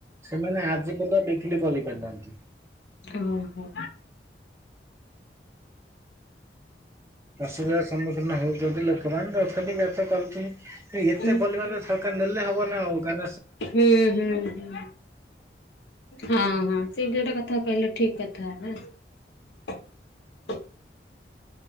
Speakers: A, on the right (about 15°); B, on the left (about 80°).
A: ସେମାନେ ଆଜି ପଦା ବିକ୍ରି କରିପାରିଥାନ୍ତି।
B: ଓ ହୋ।
A: ଅସୁବିଧା ସମ୍ମୁଖୀନ ହଉଛନ୍ତି ଲୋକମାନେ କୁ ଏତେ
B: ହୁଁ
A: ପରିବାର ସରକାର ନେଲେ ହବ ନା ଆଉ ଗା
B: ହୁଁ ହୁଁ ହ ହଁ ହଁ ସେଠି ଯୋଟା କଥା କହିଲେ ଠିକ। ଠିକ କଥା ନା।